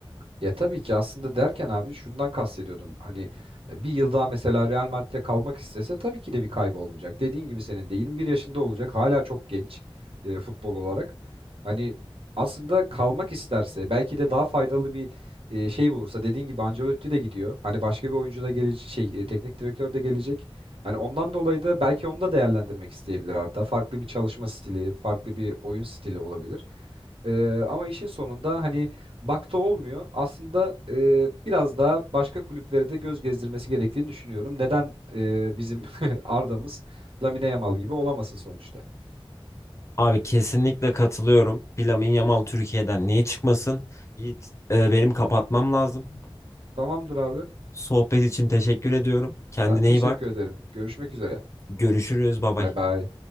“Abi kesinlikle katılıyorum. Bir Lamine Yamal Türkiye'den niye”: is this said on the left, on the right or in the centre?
Left